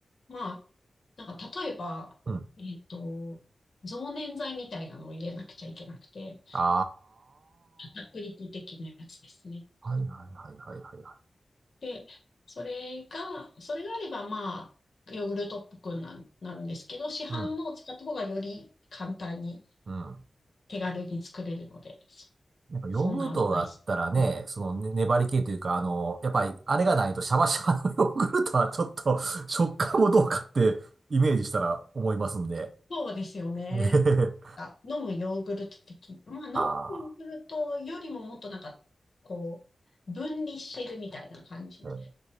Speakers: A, on the left; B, on the right.
A: まあ、なんか、例えば、
B: うん。
A: えっと、増粘剤みたいなのを入れなくちゃいけなくて、
B: あ
A: 片栗粉的なやつですね。
B: ーはいはいはいはいはいはい。
A: で、それが、それがあれば、まあ、ヨーグルトっぽくな、なるんですけど、市販のを使った方がより簡単に
B: うん。うん。
A: 手軽に作れるので、そ、
B: やっぱヨーグルトだったらね、
A: そんなアドバイス。うん
B: そのね粘り気というか、あの、やっぱりあれがないとシャバシャバのヨーグルトはちょっと <laughs> 食感もどうかってイメージしたら思いますんで。
A: そうですよね。
B: <laughs> えへへ
A: あ、飲むヨーグルト的、まあ、飲むヨーグルトよりももっとなんか、
B: あ
A: こう、分離してるみたいな感じ
B: ー